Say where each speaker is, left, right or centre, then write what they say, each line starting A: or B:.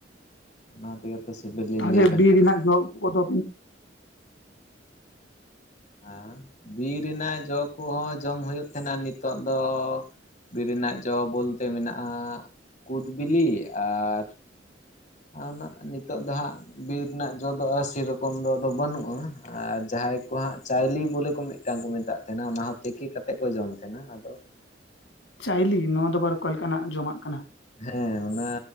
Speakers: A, on the left; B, on the left.
A: ᱚᱱᱟ ᱛᱮᱜᱮ ᱛᱚ ᱥᱤᱵᱤᱞ ᱞᱤᱧ
B: ᱛᱟᱦᱚᱞᱮ
A: ᱞᱟᱹᱭ ᱟᱵᱮᱱ
B: ᱵᱤᱨ
A: ᱠᱟᱱᱟ
B: ᱨᱮᱱᱟᱜ ᱡᱚᱜ ᱠᱚᱫᱚ
A: ᱦᱟ ᱵᱤᱨ ᱨᱮᱱᱟᱜ ᱡᱚ ᱠᱚᱦᱚᱸ ᱡᱚᱢ ᱦᱩᱭᱩᱜ ᱛᱟᱦᱮᱱᱟ ᱱᱤᱛᱚᱜ ᱫᱚ ᱵᱤᱨ ᱨᱮᱱᱟᱜ ᱡᱚ ᱵᱚᱞᱛᱮ ᱢᱮᱱᱟᱜᱼᱟ ᱠᱩᱫ ᱵᱤᱞᱤ, ᱟᱨ ᱟᱨ ᱚᱱᱟ ᱱᱤᱛᱚᱜ ᱫᱚ ᱦᱟᱸᱜ ᱵᱤᱨ ᱨᱮᱱᱟᱜ ᱡᱚᱫᱚᱜᱼᱟ ᱥᱮᱨᱚᱠᱚᱢ ᱫᱚ ᱟᱫᱚ ᱵᱟᱹᱱᱩᱜᱼᱟ ᱟᱨ ᱡᱟᱦᱟᱸᱭ ᱠᱚ ᱦᱟᱸᱜ ᱪᱟᱣᱞᱤ ᱵᱚᱞᱮ ᱠᱚ ᱢᱤᱫ ᱢᱤᱫᱴᱟᱝ ᱠᱚ ᱢᱮᱛᱟᱜ ᱛᱟᱦᱮᱱᱟ ᱚᱱᱟ ᱦᱚᱸ ᱛᱤᱠᱤ ᱠᱟᱛᱮᱫ ᱠᱚ ᱡᱚᱢ ᱛᱟᱦᱮᱱᱟ ᱟᱫᱚ
B: ᱪᱟᱭᱞᱤ ᱱᱚᱣᱟ ᱫᱚ ᱟᱵᱟᱨ ᱚᱠᱟ ᱞᱮᱠᱟᱱᱟᱜ ᱡᱚᱢᱟᱜ ᱠᱟᱱᱟ?
A: ᱦᱮᱸ ᱚᱱᱟ